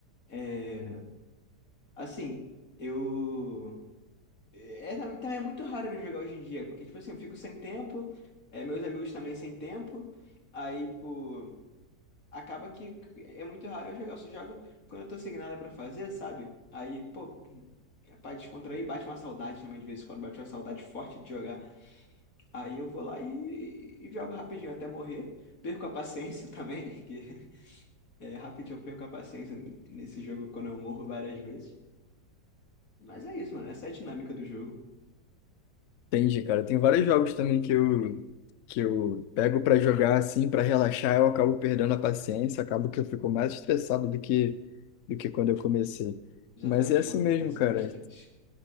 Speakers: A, on the left; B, on the left.
A: é, assim, eu... É, tam- também é muito raro eu jogar hoje em dia, porque, tipo assim, eu fico sem tempo, é, meus amigos também sem tempo, aí, tipo, acaba que é muito raro eu jogar, eu só jogo quando eu tô sem nada pra fazer, sabe? Aí, pô... É pra descontrair, bate uma saudade também de vez em quando, bate uma saudade forte de jogar. Aí eu vou lá e, e jogo rapidinho até morrer. Perco a paciência <laughs> também, que é, rapidinho eu perco a paciência n- nesse jogo quando eu morro várias vezes. Mas é isso, mano. Essa é a dinâmica do jogo.
B: Entendi, cara. Tem vários jogos também que eu, que eu pego pra jogar assim, pra relaxar, eu acabo perdendo a paciência, acabo que eu fico mais estressado do que, do que quando eu comecei.
A: Exatamente,
B: Mas é
A: <laughs>
B: assim
A: acontece
B: mesmo, cara.
A: bastante.